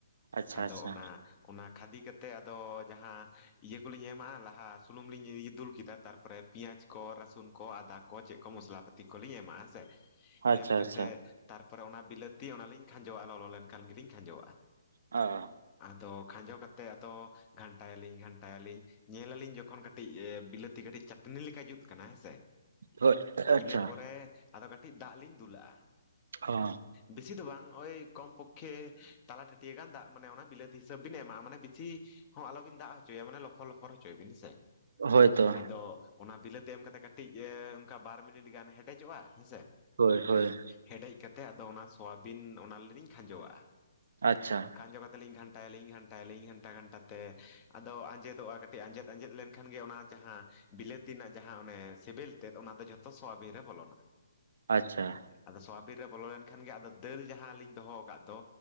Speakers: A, on the right; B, on the left.
A: ᱟᱪᱪᱷᱟ
B: ᱟᱫᱚ
A: ᱟᱪᱪᱷᱟ
B: ᱚᱱᱟ ᱚᱱᱟ ᱠᱷᱟᱫᱤ ᱠᱟᱛᱮᱫ ᱟᱫᱚ ᱡᱟᱦᱟ ᱤᱭᱟᱹ ᱠᱚᱞᱤᱧ ᱮᱢ ᱠᱮᱜ-ᱟ ᱞᱟᱦᱟ ᱥᱩᱱᱩᱢ ᱞᱤᱧ ᱫᱩᱞ ᱠᱮᱫᱟ ᱛᱟᱨᱯᱚᱨᱮ ᱯᱮᱸᱭᱟᱡᱽ ᱠᱚ ᱨᱟᱹᱥᱩᱱ ᱠᱚ ᱟᱫᱟ ᱠᱚ ᱪᱮᱫ ᱠᱚ ᱢᱚᱥᱞᱟ ᱯᱟᱹᱛᱤ ᱠᱚᱞᱤᱧ ᱮᱢᱟᱜ ᱦᱮᱸᱥᱮ
A: ᱟᱪᱪᱷᱟ
B: ᱮᱢ ᱠᱟᱛᱮᱫ
A: ᱟᱪᱪᱷᱟ
B: ᱛᱟᱨᱯᱚᱨᱮ ᱚᱱᱟ ᱵᱤᱞᱟᱹᱛᱤ ᱚᱱᱟ ᱞᱤᱧ ᱠᱷᱟᱸᱡᱚᱜ-ᱟ, ᱞᱚᱞᱚ ᱞᱮᱱ ᱠᱷᱟᱱ ᱜᱮᱞᱤᱧ ᱠᱷᱟᱸᱡᱚᱣᱟᱜ-ᱟ ᱾
A: ᱚ ᱾
B: ᱟᱫᱚ ᱠᱷᱟᱸᱡᱚ ᱠᱟᱛᱮ ᱟᱫᱚ ᱜᱷᱟᱱᱴᱟᱭ ᱟᱹᱞᱤᱧ, ᱜᱷᱟᱱᱴᱟᱭ ᱟᱹᱞᱤᱧ ᱧᱮᱞ ᱟᱹᱞᱤᱧ ᱡᱚᱠᱷᱚᱱ ᱠᱟᱹᱴᱤᱡ ᱵᱤᱞᱟᱹᱛᱤ ᱠᱟᱹᱴᱤᱡ ᱪᱟᱹᱴᱱᱤ ᱞᱮᱠᱟ ᱡᱩᱛ ᱟᱠᱟᱱᱟ ᱦᱮᱸ ᱥᱮ᱾
A: ᱦᱳᱭ ᱟᱪᱪᱷᱟ
B: ᱤᱱᱟᱹ ᱯᱚᱨᱮ ᱟᱫᱚ ᱠᱟᱹᱴᱤᱡ ᱫᱟᱜ ᱞᱤᱧ ᱫᱩᱞ ᱞᱟᱜ-ᱟ ᱾
A: ᱚ ᱾
B: ᱵᱮᱥᱤ ᱫᱚ ᱵᱟᱝ ᱳᱭ ᱠᱚᱢ ᱯᱚᱠᱷᱮ ᱛᱟᱞᱟ ᱴᱟᱹᱴᱤᱭᱟ ᱜᱟᱱ ᱫᱟᱜ ᱢᱟᱱᱮ ᱚᱱᱟ ᱵᱤᱞᱟᱹᱛᱤ ᱦᱤᱥᱟᱹᱵ ᱵᱤᱱ ᱮᱢᱟᱜᱼᱟ, ᱢᱟᱱᱮ ᱵᱤ ᱛᱤ ᱦᱚᱸ ᱟᱞᱚ ᱵᱤᱱ ᱫᱟᱜ ᱦᱚᱪᱚᱭᱟ ᱢᱟᱱᱮ ᱞᱚᱯᱷᱚᱨ, ᱞᱚᱯᱷᱚᱨ ᱦᱚᱪᱚᱭᱟ ᱵᱤᱱ ᱦᱮᱸᱥᱮ,
A: ᱦᱳᱭᱛᱚ
B: ᱟᱫᱚ ᱚᱱᱟ ᱵᱤᱞᱟᱹᱛᱤ ᱮᱢ ᱠᱟᱛᱮ ᱠᱟᱹᱴᱤᱡ ᱚᱱᱠᱟ ᱵᱟᱨ ᱢᱤᱱᱤᱴ ᱜᱟᱱ ᱦᱮᱰᱮᱡᱚᱜ-ᱟ, ᱦᱮᱸᱥᱮ ᱾
A: ᱦᱳᱭ, ᱦᱳᱭ ᱾
B: ᱦᱮᱰᱮᱡ ᱠᱟᱛᱮ ᱟᱫᱚ ᱚᱱᱟ ᱥᱳᱣᱟᱵᱤᱱ ᱚᱱᱟ ᱨᱮᱞᱤᱧ ᱠᱷᱟᱸᱡᱚᱣᱟᱜ-ᱟ ᱾
A: ᱟᱪᱪᱷᱟ ᱾
B: ᱠᱷᱟᱸᱡᱚ ᱠᱟᱛᱮ ᱞᱤᱧ ᱜᱷᱟᱱᱴᱟᱭ ᱟᱹᱞᱤᱧ, ᱜᱷᱟᱱᱴᱟᱭ ᱟᱹᱞᱤᱧ ᱜᱷᱟᱱᱴᱟ, ᱜᱷᱟᱱᱴᱟ ᱛᱮ ᱟᱫᱚ ᱟᱸᱡᱮᱫᱚᱜ-ᱟ ᱠᱟᱹᱴᱤᱡ ᱟᱸᱡᱮᱫ ᱟᱸᱡᱮᱫ ᱞᱮᱱᱠᱷᱟᱱ ᱜᱮ ᱚᱱᱟ ᱡᱟᱦᱟ ᱵᱤᱞᱟᱹᱛᱤ ᱨᱮᱱᱟᱜ ᱡᱟᱦᱟ ᱚᱱᱮ ᱥᱮᱵᱮᱞ ᱛᱮᱫ ᱚᱱᱟ ᱫᱚ ᱡᱷᱚᱛᱚ ᱥᱳᱣᱟᱵᱤᱱ ᱨᱮ ᱵᱚᱞᱚᱱᱟ ᱾
A: ᱟᱪᱪᱷᱟ ᱾
B: ᱟᱫᱚ ᱥᱳᱣᱟᱵᱤᱱ ᱨᱮ ᱵᱚᱞᱚ ᱞᱮᱱᱠᱷᱟᱱ ᱜᱮ, ᱟᱫᱚ ᱫᱟᱹᱞ ᱡᱟᱦᱟ ᱞᱤᱧ ᱫᱚᱦᱚ ᱠᱟᱜ ᱫᱚ